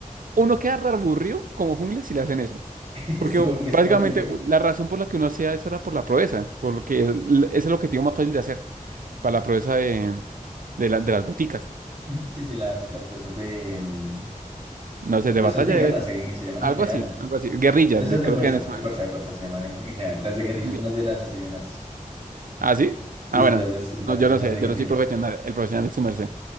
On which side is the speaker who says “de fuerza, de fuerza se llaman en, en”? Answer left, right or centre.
Right